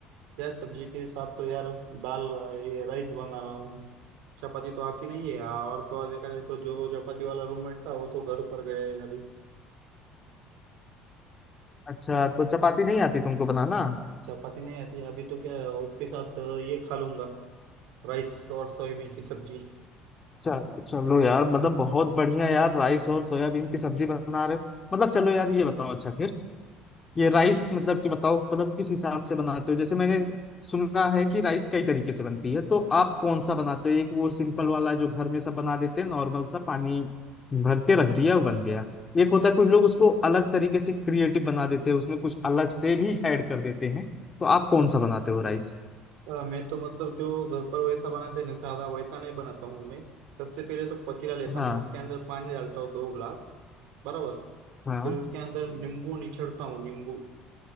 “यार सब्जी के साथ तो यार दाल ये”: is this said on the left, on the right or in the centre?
Right